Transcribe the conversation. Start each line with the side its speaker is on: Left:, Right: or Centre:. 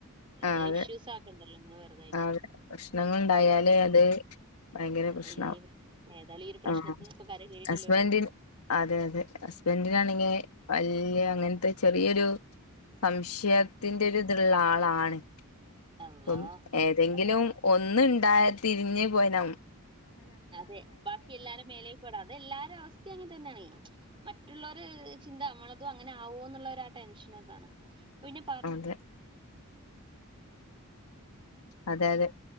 Right: വെറുതെ
Left: ആഹ് അതെ
Right: ഇഷ്യൂസ് ആക്കണ്ടല്ലോ നമ്മള് വെറുതായിട്ട്
Left: അതെ പ്രശ്നങ്ങൾ ഉണ്ടായാലേ അത് ഭയങ്കര പ്രശ്നാവും
Right: വലിയ ഏതാലും ഈ ഒരു പ്രശ്നത്തിന്ന്
Left: ആഹ്
Right: ഇപ്പൊ കര കേറിയിട്ടല്ലേള്ളു
Left: ഹസ്ബൻഡി അതെ അതെ ഹസ്ബൻറിനാണെങ്കിൽ വല്യ അങ്ങനത്തെ ചെറിയൊരു സംശയത്തിന്റെ
Right: ഉം
Left: ഒരു ഇത് ആളാണ്
Right: അല്ലാ
Left: അപ്പം ഏതെങ്കിലും
Right: വേണ്ട മോളെ
Left: ഒന്ന ഉണ്ടായ തിരിഞ്ഞ് പോയന
Right: അതെ ബാക്കി എല്ലാരും മേലൽ പോടാം അതെ എല്ലാരും അവസ്ഥ അങ്ങനെ തന്നെയാണ് മറ്റുള്ളവര് ചിന്ത അവമ്മളതും അങ്ങനെ ആവോ എന്നുള്ള ആ ടെൻഷനൊക്കാണ് പിന്നെ പ
Left: അതെ അതെ അതെ